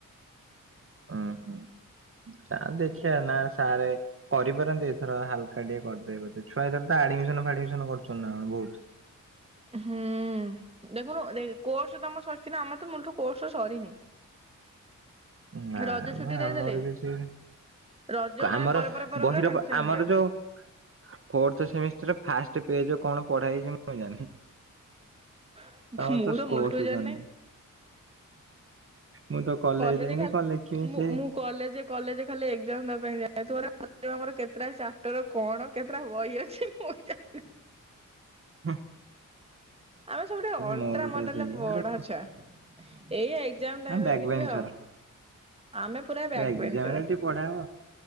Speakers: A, on the right (about 40°); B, on the right (about 20°).
A: ହଁ ହୁଁ। ସାର୍ ଦେଖିବା ନା ସାର୍ କରିପାରନ୍ତି ଏଥର ହାଲକା ଟିକେ କରିଦେବେ ବୋଧେ ଛୁଆ ଏ ତା ଆଡ଼ମିଶନ ଫାଡ଼ମିଶନ କରୁଛନ୍ତି ନାଁ କଣ ବହୁତ।
B: ହୁଁ। ହୁଁ ଦେଖୁନୁ କୋର୍ସ ତମ ସରିଛି ନା ଆମର ତ ମୂଳଠୁ କୋର୍ସ ସରିନି।
A: ନା
B: ରଜ ଛୁଟି
A: ମ
B: ଦେଇଦେଲେ
A: ଆମର ବି ସେ
B: ରଜ
A: ଆମର
B: ମାନେ ପରେ ପରେ ପରେ
A: ବହିର
B: ପରେ ସାଙ୍ଗେ ସାଙ୍ଗେ
A: ଆମର ଯୋଉ ଫୋର୍ଥ ସେମିଷ୍ଟାର ଫାଷ୍ଟ ପେଜ କଣ ପଢ଼ା ହେଇଛି ମୁଁ ଜାଣନି?
B: ଏକ୍ଜାମ
A: ତମର
B: ମୁଁ
A: ତ ସ୍କୋରସ
B: ମୁଲଠୁ ଜାଣିନି
A: ସରିନି ମୁଁ ତ କଲେଜ
B: ଖାଲି
A: ଯାଇନି କଣ ଲେଖିବି
B: ମୁଁ
A: ସେ
B: ମୁଁ କଲେଜେ କଲେଜେ ଖାଲି ଏଜ୍ଜାମ୍ ଦବା ପାଇଁ ଯାଏ ଥୋଡା ଆମର କେତେଟା ଚାପ୍ଟର କଣ କେତେଟା ବହି ଅଛି ମୁଁ ଜାଣନି।
A: ହଁ।
B: ଆମେ ସବୁ ଟିକେ ଅଲଟ୍ରା
A: ମୋର
B: ମଡେଲ
A: ପା ସେଇଆ
B: ପଢ଼ା
A: ଆରେ
B: ଛୁଆ, ଏଇଆ ଏକ ଏକ୍ସାମ ଟାଇମ
A: ବ୍ୟାକ୍
B: ରେ ଟିକେ
A: ବେଞ୍ଚର
B: ଆଉ, ଆମେ ପୁରା ବ୍ୟାକ
A: ଏକ୍ଜାମ
B: ବେଞ୍ଚର।
A: ରେ ଟିକେ ପଢା ହବ